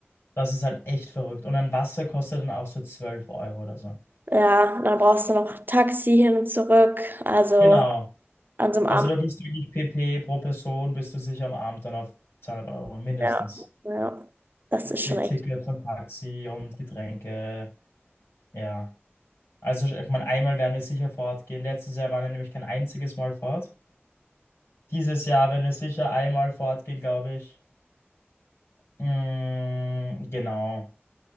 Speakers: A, on the left; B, on the right.
A: Das ist halt echt verrückt. Und ein Wasser kostet dann auch so 12 Euro oder so.
B: Ja, dann brauchst du noch Taxi hin und zurück. Also
A: Genau.
B: an so einem
A: Also
B: Abend,
A: da bist du wirklich PP pro Person, bist du sicher am Abend dann auf 200 Euro mindestens.
B: ja, ja, das ist
A: Mit
B: schon echt.
A: Tickets und Taxi und Getränke. Ja. Also ich meine, einmal werden wir sicher fortgehen. Letztes Jahr waren wir nämlich kein einziges Mal fort. Dieses Jahr werden wir sicher einmal fortgehen, glaube ich. Mm, genau.